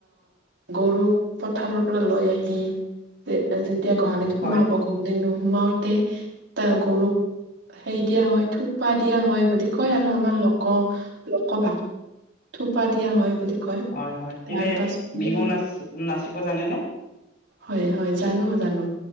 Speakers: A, on the right; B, on the left.
A: গৰুক পথাৰৰ পৰা লৈ আহি। যেতিয়া গোহালিত সোমাব
B: হয়
A: গোহালিত নোসোমাওতে এ গৰুক। হেৰি দিয়া হয়, থোপপা দিয়া হয় বুলি কয় আৰু আমাৰ লোক লোকভাষা থোপা দিয়া হয় বুলি কয়
B: হয়, হয়,
A: তাৰ
B: এনে
A: পাছতে
B: বিহু নাচ নাচিব জানেনে।
A: হয়, হয়, জানো জানো